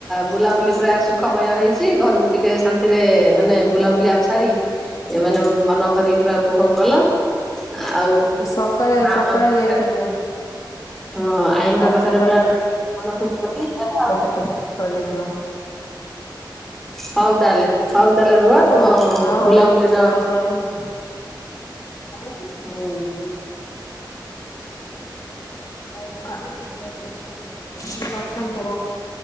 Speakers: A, in the centre; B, on the left.
A: ବୁଲାବୁଲି ପୁରା ସୁଖମୟ ହେଇଛି ଘରକୁ ଟିକେ ଶାନ୍ତିରେ ମାନେ ବୁଲାବୁଲି ଆଉ ସାରି ଏମାନେ ମନ ଭରି ପୁରା ଉପଭୋଗ କଲ ଆଉ
B: ସକାଳେ
A: ମା
B: ସକାଳେ
A: ପାଖରେ
B: ଯାଇଥିଲୁ
A: ହଁ ଆଈଙ୍କ
B: କାଲି
A: ପାଖରେ
B: ସକାଳେ
A: ପୁରା ମନ ଖୁସି କରିଦେଇଥିବ ଆଉ
B: <unintelligible> ଥିଲ
A: ହଉ ତାହେଲେ ହଉ ତାହେଲେ ରୁହ ତୁମ
B: ହଉ ହଉ ହଉ
A: ବୁଲାବୁଲିର
B: <unintelligible> କହିଁକି
A: ହୁଁ
B: <unintelligible>